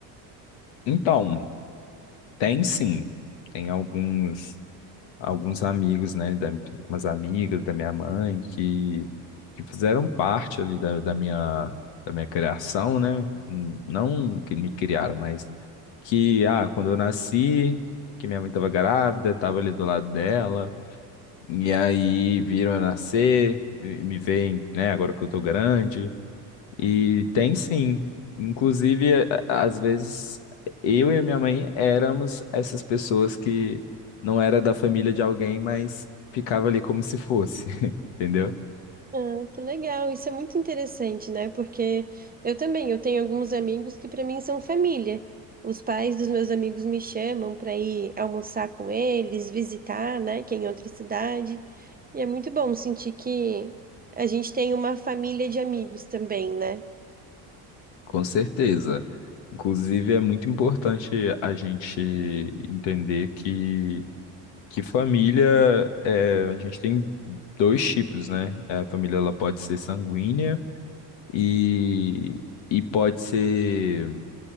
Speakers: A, on the left; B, on the right.
A: Então, tem sim. Tem alguns alguns amigos, né, da, algumas amigas da minha mãe que, que fizeram parte ali da, da minha da minha criação, né? N- Não que me criaram, mas que ah, quando eu nasci, que minha mãe estava grávida, estava ali do lado dela, E aí viram eu nascer, e me veem, né, agora que eu tô grande. E tem sim. Inclusive, a- a- às vezes, eu e a minha mãe éramos essas pessoas que não era da família de alguém, mas ficava ali como se fosse, <laughs> entendeu?
B: Ah, que legal, isso é muito interessante, né? Porque eu também, eu tenho alguns amigos que para mim são família. Os pais dos meus amigos me chamam para ir almoçar com eles, visitar, né, que é em outra cidade. E é muito bom sentir que a gente tem uma família de amigos também, né?
A: Com certeza. Inclusive, é muito importante a gente entender que, que família, é, a gente tem dois tipos, né? A família ela pode ser sanguínea e, e pode ser,